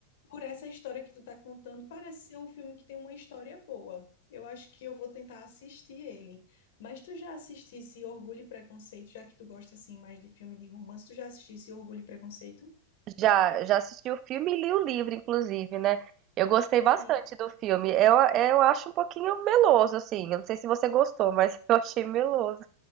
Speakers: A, on the left; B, on the right.
A: por essa história que tu tá contando, parece ser um filme que tem uma história boa. Eu acho que eu vou tentar assistir ele. Mas tu já assistisse Orgulho e Preconceito, já que tu gosta assim mais de filme de romance, tu já assistisse Orgulho e Preconceito?
B: já, já assisti o filme e li o livro, inclusive, né? Eu gostei
A: Sim,
B: bastante do filme, eu, eu acho um pouquinho meloso, assim, eu não sei se você gostou, mas <laughs> eu achei meloso,